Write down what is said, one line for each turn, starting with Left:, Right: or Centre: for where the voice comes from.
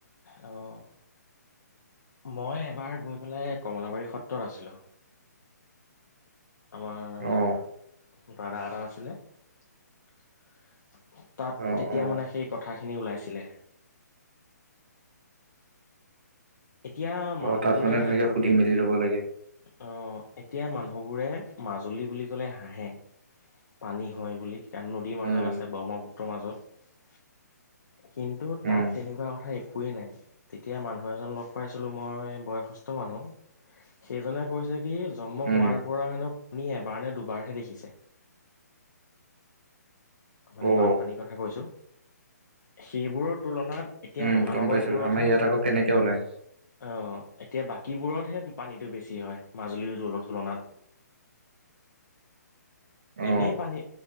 Left: অ', মই এবাৰ গৈ পেলাই, কমলাবাৰী সত্ৰত আছিলোঁ। আমাৰ,
Right: অ
Left: দাদা এটা আছিলে। তাত,
Right: অ
Left: তেতিয়া
Right: অ
Left: মানে, সেই কথাখিনি ওলাইছিলে। এতিয়া মানুহবোৰে
Right: অ', তাত মানে, তেনেকে সুধি-মেলি ল'ব লাগে।
Left: অ', এতিয়া মানুহবোৰে, মাজুলী বুলি ক'লে হাঁহে। পানী হয় বুলি, কাৰণ নদীৰ মাজত
Right: উম
Left: আছে, ব্ৰহ্মপুত্ৰৰ মাজত। কিন্তু, তাত
Right: উম
Left: তেনেকুৱা কথা একোৱেই নাই। তেতিয়া মানুহ এজন লগ পাইছিলোঁ মই, বয়সস্থ মানুহ। সেইজনে কৈছে কি, জন্ম
Right: উম
Left: হোৱাৰ পৰা হেনো, পানী এবাৰ নে, দুবাৰহে দেখিছে। মানে
Right: অ
Left: বানপানীৰ কথা কৈছোঁ, সেইবোৰৰ তুলনাত এতিয়া
Right: উম,
Left: মহানগৰবোৰতহে
Right: গম পাইছো, আমাৰ ইয়াত আকৌ কেনেকে ওলায়।
Left: অ', এতিয়া বাকীবোৰতহে পানীটো বেছি হয়, মাজুলীৰ জলৰ তুলনাত।
Right: অ
Left: এনে পানী,